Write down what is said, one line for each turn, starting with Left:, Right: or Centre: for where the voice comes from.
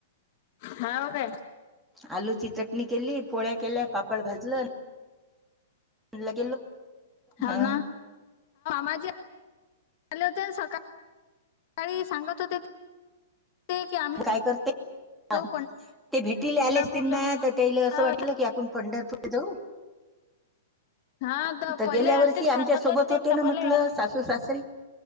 Left: हव का.
Centre: आलूची चटणी केली पोळ्या केल्या पापड भाजलं. <inaudible>
Left: हो
Centre: हा
Left: ना माझी. ले होते सका <inaudible> सकाळी सांगत होते. ते की आम्ही
Centre: काय करते.
Left: जाऊ
Centre: ह ते भेटीले
Left: पंढरपूरले
Centre: आलेस तन
Left: म्हणून
Centre: तर त्याला असं
Left: हाव,
Centre: वाटलं की आपण पंढरपूर जाऊ
Left: हा
Centre: तर
Left: पहिले
Centre: गेल्या
Left: आलते
Centre: वर्षी
Left: सांगत
Centre: आमच्या सोबत
Left: जात ते
Centre: होते ना
Left: डबल
Centre: म्हटलं सासू सासरे